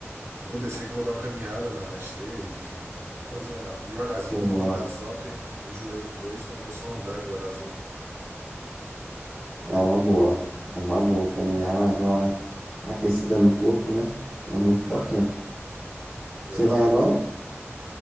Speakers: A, on the right; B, on the right.
A: eu vou descer que eu vou dar uma caminhada na, na esteira, enfim. Fazer uma devagarzinho,
B: Boa.
A: andar só, porque o joelho não deixa, então eu vou só andar devagarzinho.
B: É uma boa. É uma boa caminhar, dar uma aquecida no corpo, né? É muito importante.
A: É, pois
B: Você vai
A: é.
B: agora?